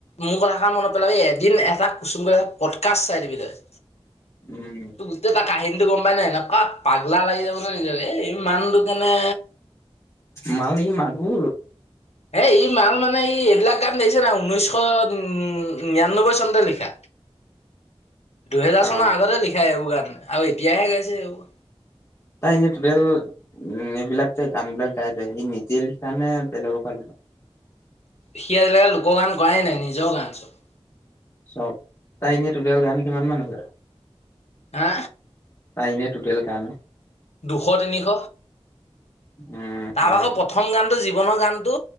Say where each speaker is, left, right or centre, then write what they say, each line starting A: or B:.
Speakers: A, on the left; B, on the left.
A: মোৰ কথাসাৰ মনত পেলাবি এদিন এটা কুচুম কৈলাসৰ এটা পদকাষ্ট চাই দিবি তই।
B: উম
A: টোৰ গোটেই তাৰ কাহিনীটো গম পোৱাই নাই ন অঁ পাগলা লাগি যাব ন নিজকে, এই মানুহটো কেনে
B: মাল সি মাগুৰ।
A: এ ই মাৰ মানে ই এইবিলাক গান দেখিছে নাই উনৈশ উ নিৰান্নব্বৈ চনতে লিখা। দুহেজাৰ
B: অ
A: চনৰ আগতে লিখা এইবোৰ গান। আৰু এতিয়াহে গাইছে সেইবোৰ।
B: তাই এনেই টোটেল এইবিলাক যে গান বিলাক গাই যায় যে, সি নিজে লিখা নে বেলেগৰ পৰা লিখা।
A: সি আজিলে লোকৰ গান গোৱাই নাই, নিজৰ গান চব।
B: চব তাৰ এনে টুতেল গান কিমান মান আছে।
A: হা।
B: চাইনে টুটেল গানে
A: দুশ তিনিশ
B: উম
A: তাৰ আকৌ প্ৰথম গান জীৱনৰ গানটো